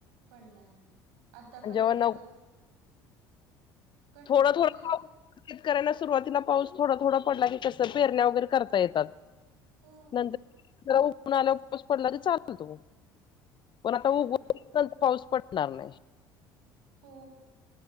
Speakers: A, on the right; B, on the left.
A: पडला नाही आतापर्यंत
B: आणि जेव्हा न
A: कंट
B: थोडा
A: म्हणजे
B: थोडा पाऊस शेतकऱ्यांना सुरुवातीला पाऊस थोडा थोडा पडला की कसं पेरण्या वगैरे करता येतात.
A: हो
B: नंतर जरा ऊन आल्यावर पाऊस पडला तर चालतो. पण आता
A: हा ना
B: उघंच
A: तू
B: पाऊस पडणार नाही.
A: हो